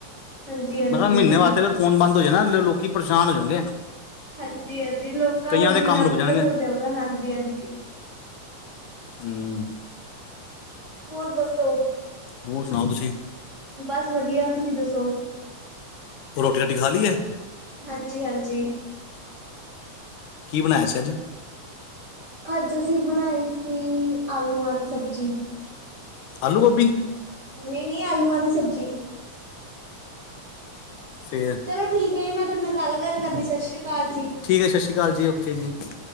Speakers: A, on the right; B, on the left.
A: ਹਾਂਜੀ ਹਾਂਜੀ
B: ਮੈਂ ਕਿਹਾ ਮਹੀਨੇ
A: ਇਹ ਤਾਂ
B: ਵਾਸਤੇ
A: ਹੈ
B: ਅਗਰ ਫੋਨ ਬੰਦ ਹੋ ਜੇ ਨਾਂ ਲ ਲੋਕੀ ਪਰੇਸ਼ਾਨ ਹੋ ਜਾਣਗੇ
A: ਹਾਂਜੀ ਹਾਂਜੀ, ਲੋਕਾਂ
B: ਕਈਆਂ
A: ਦਾ ਜੀਣਾ
B: ਦੇ ਕੰਮ ਰੁਕ
A: ਦੁੱਭਰ
B: ਜਾਣਗੇ
A: ਹੋ ਜਾਊਗਾ ਹਾਂਜੀ ਹਾਂਜੀ।
B: ਹਂ।
A: ਹੋਰ ਦਸੋ?
B: ਹੋਰ ਸੁਣਾਓ ਤੁਸੀਂ?
A: ਬਸ ਵਧੀਆ ਤੁਸੀਂ ਦੱਸੋ?
B: ਰੋਟੀ ਰਾਟੀ ਖਾ ਲਈ ਹੈ
A: ਹਾਂਜੀ ਹਾਂਜੀ।
B: ਕੀ ਬਣਾਇਆ ਸੀ ਅੱਜ
A: ਅੱਜ ਅਸੀਂ ਬਣਾਈ ਸੀ ਆਲੂਆਂ ਦੀ ਸਬਜ਼ੀ
B: ਆਲੂ ਗੋਭੀ
A: ਨਹੀਂ ਨਹੀਂ ਆਲੂਆਂ ਦੀ ਸਬਜ਼ੀ
B: ਫੇਰ
A: ਚਲੋ ਠੀਕ ਹੈ ਜੀ ਮੈਂ ਤੁਹਾਡੇ ਨਾਲ ਕੱਲ ਗੱਲ ਕਰਦੀ ਸਤਿ ਸ਼੍ਰੀ ਅਕਾਲ ਜੀ।
B: ਠੀਕ ਹੈ ਸਤਿ ਸ਼੍ਰੀ ਅਕਾਲ ਜੀ ਓਕੇ ਜੀ।